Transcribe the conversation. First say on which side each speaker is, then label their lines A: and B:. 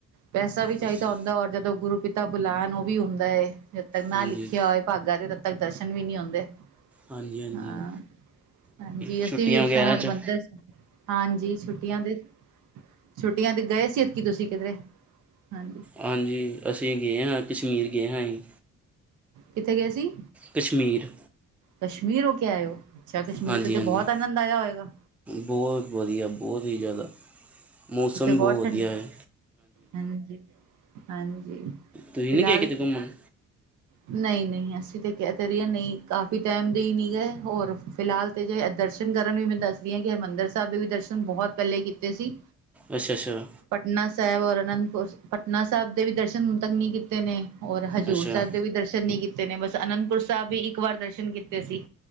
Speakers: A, on the right (about 75°); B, in the centre.
A: ਪੈਸਾ ਵੀ ਚਾਹੀਦਾ
B: ਅੱਛਾ
A: ਹੁੰਦਾ ਔਰ ਜਦੋਂ ਗੁਰੂ ਪਿਤਾ ਬੁਲਾਨ ਉਹ ਵੀ ਹੁੰਦਾ ਏ। ਜਦ ਤੱਕ ਨਾ
B: ਹਾਂਜੀ
A: ਲਿਖਿਆ ਹੋਏ ਭਾਗਾਂ, ਤੇ ਤਦ ਤੱਕ ਦਰਸ਼ਨ ਵੀ ਨੀ ਹੁੰਦੇ।
B: ਹਾਂਜੀ, ਹਾਂਜੀ।
A: ਹਾਂ, ਹਾਂਜੀ,
B: ਛੁੱਟੀਆਂ
A: ਅਸੀਂ ਵੀ ਇਸ
B: ਵਗੈਰਾ
A: ਹਰਿਮੰਦਰ,
B: 'ਚ
A: ਹਾਂਜੀ, ਛੁੱਟੀਆਂ ਦੇ ਛੁੱਟੀਆਂ ਤੇ ਗਏ ਸੀ ਐਤਕੀ ਤੁਸੀਂ ਕਿਧਰੇ? ਹਾਂਜੀ।
B: ਹਾਂਜੀ, ਅਸੀਂ ਗਏ ਆ ਕਸ਼ਮੀਰ ਗਏ ਆ ਹੀ।
A: ਕਿੱਥੇ ਗਏ ਸੀ?
B: ਕਸ਼ਮੀਰ।
A: ਕਸ਼ਮੀਰ ਹੋ ਕੇ ਆਏ ਹੋ? ਅੱਛਾ ਕਸ਼ਮੀਰ
B: ਹਾਂਜੀ
A: ਤੇ
B: ਹਾਂਜੀ
A: ਬਹੁਤ ਆਨੰਦ ਆਇਆ ਹੋਏਗਾ।
B: ਬਹੁਤ ਵਧੀਆ ਬਹੁਤ ਹੀ ਜ਼ਿਆਦਾ ਮੌਸਮ
A: ਉੱਥੇ ਬਹੁਤ ਠੰਡ,
B: ਵਧੀਆ ਹੈ
A: ਹਾਂਜੀ। ਹਾਂਜੀ।
B: ਤੁਸੀਂ
A: ਫਿਲਹਾਲ
B: ਨਹੀਂ ਗਏ ਕਿਤੇ ਘੁੰਮਣ
A: ਨਹੀਂ, ਨਹੀਂ, ਅਸੀਂ ਕਿਤੇ ਕਹਿ ਤੇ ਰਹੀ ਆ ਨਹੀਂ। ਕਾਫ਼ੀ ਟਾਈਮ ਦੇ ਹੀ ਨੀ ਗਏ, ਹੋਰ, ਫਿਲਹਾਲ ਤੇ ਜੇ ਦਰਸ਼ਨ ਕਰਨ ਵੀ ਮੈਨੂੰ ਦੱਸਦੀ ਕਿ ਹਰਿਮੰਦਰ ਸਾਹਿਬ ਦੇ ਵੀ ਦਰਸ਼ਨ ਬਹੁਤ ਪਹਿਲੇ ਕੀਤੇ ਸੀ
B: ਅੱਛਾ ਅੱਛਾ
A: ਪਟਨਾ ਸਾਹਿਬ ਔਰ ਅਨੰਦਪੁਰ, ਪਟਨਾ ਸਾਹਿਬ ਦੇ ਵੀ ਦਰਸ਼ਨ ਹੁਣ ਤੱਕ ਨਹੀਂ ਕੀਤੇ ਨੇ। ਔਰ ਹਜ਼ੂਰ
B: ਅੱਛਾ
A: ਸਾਹਿਬ ਦੇ ਵੀ ਦਰਸ਼ਨ ਨੀ ਕੀਤੇ ਨੇ, ਬਸ ਅਨੰਦਪੁਰ ਸਾਹਿਬ ਵੀ ਇੱਕ ਵਾਰ ਦਰਸ਼ਨ ਕੀਤੇ ਸੀ।